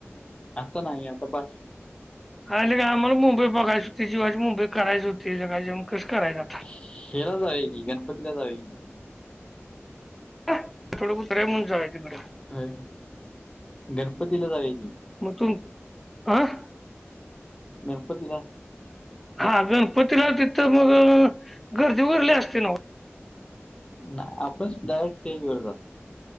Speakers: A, on the left (about 20°); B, in the centre.
A: आता नाही, आता बास.
B: आणि लगा आम्हाला मुंबई बघायची हुती, जीवाची मुंबई करायची हुतीे कसं करायंं
A: हेला जावूया की, गणपतीला जावया की.
B: थोडं बहुत रमून जाव तिकडं
A: हम, गणपतीला जावया की.
B: म तु, आं
A: गणपतीला.
B: हा गणपतीला तिथं मग, गर्दी भरली असते नवं
A: नाय, आपण डायरेक स्टेज वर जातो